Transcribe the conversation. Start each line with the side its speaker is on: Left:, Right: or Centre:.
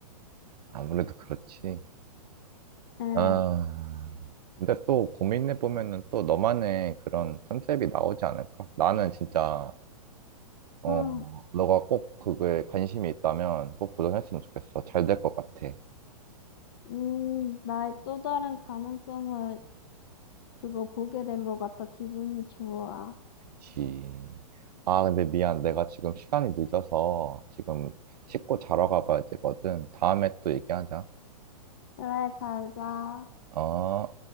Right: 아무래도 그렇지.
Left: 에,
Right: 아, 근데 또 고민해보면은 또 너만의 그런 컨셉이 나오지 않을까? 나는 진짜, 어,
Left: 응,
Right: 너가 꼭 그거에 관심이 있다면 꼭 도전했으면 좋겠어. 잘 될 것 같아.
Left: 음, 나의 또 다른 가능성을 그거 보게 된 것 같아 기분이 좋아.
Right: 그치. 아, 근데 미안. 내가 지금 시간이 늦어서 지금 씻고 자러 가봐야 되거든. 다음에 또 얘기하자.
Left: 그래, 잘 자.
Right: 어.